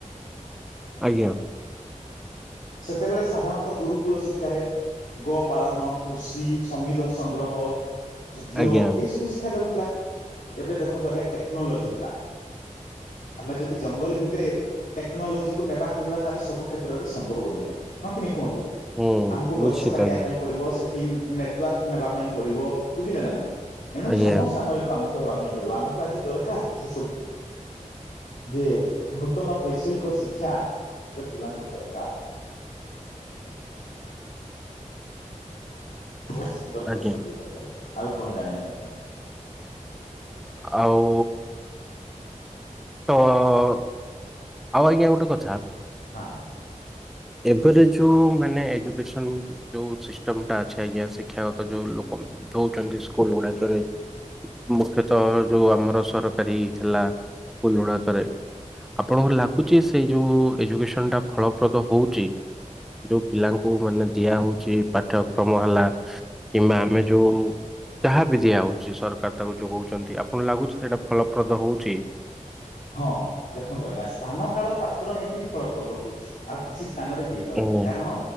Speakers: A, in the centre; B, on the left (about 80°).
A: ଆଜ୍ଞା।
B: ସେତେବେଳେ ସାଧାରଣତଃ ଗୁରୁକୁଳ ଶିକ୍ଷାରେ ଗୋ ପାଳନ କୃଷି ସମିଧ ସଂଗ୍ରହ ଯୁଦ୍ଧ
A: ଆଜ୍ଞା
B: ଏଇ ସବୁ ଶିଖା ଯାଉଥିଲା। ଏବେ ଦେଖନ୍ତୁ ଆଜ୍ଞା ଟେକ୍ନୋଲୋଜି। ହେଲା ଆମେ ଯଦି ଜଙ୍ଗଲ ଭିତରେ ଟେକ୍ନୋଲୋଜିକୁୁ ନେବା କହିବା ତାହେଲେ ସବୁ କ୍ଷେତ୍ରରେ ସ ସମ୍ଭବ ନୁହେଁ ହଁ ନା କୁହନ୍ତୁ।
A: ହୁଁ
B: ଆମକୁ
A: ନିଶ୍ଚିତ
B: ଗଛ କାଟିବା
A: ଆଜ୍ଞା
B: ପାଇଁ ପଡିବ ସେ ଟିମ୍ ନେଟୱାର୍କ ନେବା ପାଇଁ ପଡିବ ବୁଝିଲେ ନା ନାଇଁ। ଏଣୁ
A: ଆଜ୍ଞା
B: ସମସାମୟିକ ଆମ ହେବା ପାଇଁ ପଡିବ ଆମକୁ ଆଜି ଦରକାର ସେସୁ ଯେ ନୂତନ ବୈଷୟିକ ଶିକ୍ଷା ଏବେ ପିଲାଙ୍କୁ ଦରକାର। ବହୁତ ସୁନ୍ଦର
A: ଆଜ୍ଞା
B: ପ୍ରଶ୍ନ ଟିଏ ପଚାରିଲେ ଆଉ କଣ ଜାଣିବା ପାଇଁ ଚାହୁଁ?
A: ଆଉ ତ ଆଉ ଆଜ୍ଞା ଗୋଟେ କଥା
B: ହଁ।
A: ଏବେ ତ ଯୋଉ ମାନେ ଏଜୁକେସଏନ୍ ଯୋଉ ସିଷ୍ଟମଟା ଅଛି ଆଜ୍ଞା ଶିକ୍ଷାଗତ ଯୋଉ ଲୋକ ଦଉଛନ୍ତି ସ୍କୁଲ ଗୁଡାକରେ ମୁଖ୍ୟତଃ ଯୋଉ ଆମର ସରକାରୀ ଥିଲା ସ୍କୁଲ ଗୁଡାକରେ ଆପଣଙ୍କୁ ଲାଗୁଛି ସେଇ ଯୋଉ ଏଜୁକେସଏନ୍ ଟା ଫଳପ୍ରଦ ହଉ ଛି ଯୋଉ ପିଲାଙ୍କୁ ମାନେ ଦିଆ ହଉଛି ପାଠ୍ୟକ୍ରମ ହେଲା କିମ୍ବା ଆମେ ଯୋଉ ଯାହାବି ଦିଆ ହଉଛି ସରକାର ତାକୁ ଯୋଗଉଛନ୍ତି ଆପଣ ଲାଗୁଛି ସେଇଟା ଫଳପ୍ରଦ ହଉଛି?
B: ହଁ ଦେଖନ୍ତୁ ଆଜ୍ଞା ସ୍ଥାନ କାଳ ପାତ୍ର ନେଇକିରି ଫଳପ୍ରଦ ହଉଛି। ଆଉ କିଛି ସ୍ଥାନରେ ହେଇପାରୁନି
A: ଆଜ୍ଞା
B: କାରଣ